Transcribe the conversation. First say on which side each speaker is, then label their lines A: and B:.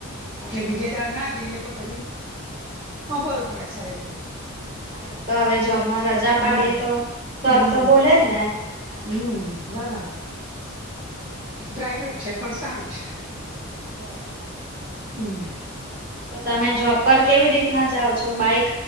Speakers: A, on the right (about 50°); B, on the right (about 25°).
A: બરાબર
B: ને બીજે દાડે ના જઈએ તો પછી હાભરવુ પડે સાહેબ નું
A: હા એ તો હવે જોબમાં રજા
B: હમ
A: પાડીએ તો સર
B: હમ
A: તો બોલે જ ને આગળથી
B: હમ બરાબર
A: હમ
B: પ્રાઇવેટ છે પણ સારું છે.
A: બરાબર.
B: હમમ.
A: તો તમે જોબ પર કેવી રીતના જાવ છો બાઈક